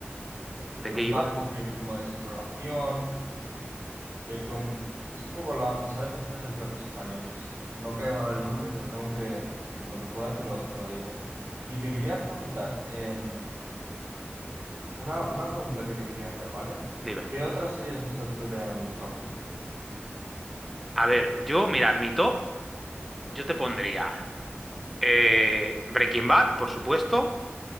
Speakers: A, in the centre; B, on the right (about 75°).
A: de
B: de
A: qué
B: un
A: iba?
B: barco que de- como de exploración, que con, es un poco la, salen bastantes actores españoles. No caigo ahora el nombre, pero tengo que, en cuanto pueda, te lo, te lo digo. Y te quería preguntar, em, una, una pregunta que te quería hacer, ¿vale?
A: Dime.
B: ¿Qué otras series has visto tú que te hayan gustado mucho?
A: A ver, yo, mira, en mi top, yo te pondría eh, Breaking Bad, por supuesto,